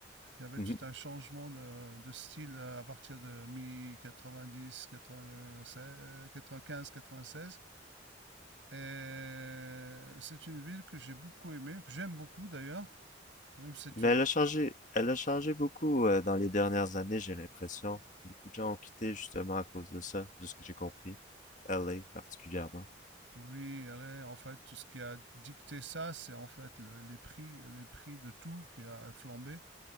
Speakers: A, on the left; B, on the right.
A: <laughs>
B: Il y avait
A: Mhm.
B: tout un changement de, de style euh, à partir de mi quinze quatre-vingt seize. Et c'est une ville que j'ai beaucoup aimée, que j'aime beaucoup d'ailleurs. Même c'est
A: Mais
B: une...
A: elle a changé, elle a changé beaucoup euh, dans les dernières années, j'ai l'impression. Beaucoup de gens ont quitté justement à cause de ça, de ce que j'ai compris. L A particulièrement.
B: Oui, elle est, en fait, tout ce qui a dicté ça, c'est en fait le- les prix, les prix de tout qui a flambé.